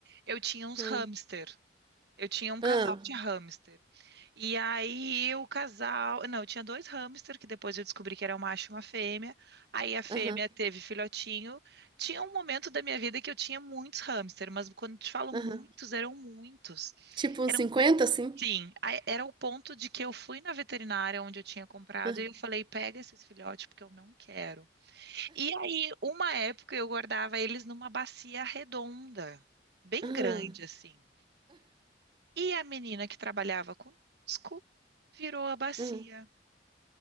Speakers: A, on the right; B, on the right.
A: Eu tinha uns
B: Ah,
A: hamster. Eu tinha um casal
B: ah,
A: de hamster. E aí o casal. Não, eu tinha dois hamster, que depois eu descobri que era um macho e uma fêmea. Aí a fêmea
B: aham,
A: teve filhotinho. Tinha um momento da minha vida que eu tinha muitos hamster, mas quando eu te falo
B: aham.
A: muitos, eram muitos.
B: Tipo uns
A: Eram,
B: 50 assim?
A: sim, a- era o ponto de que eu fui na veterinária onde eu tinha comprado
B: Ah,
A: e eu falei: pega esses filhotes, porque eu não quero. E aí, uma época, eu guardava eles numa bacia redonda, bem
B: ah,
A: grande, assim. E a menina que trabalhava conosco virou a bacia.
B: ah.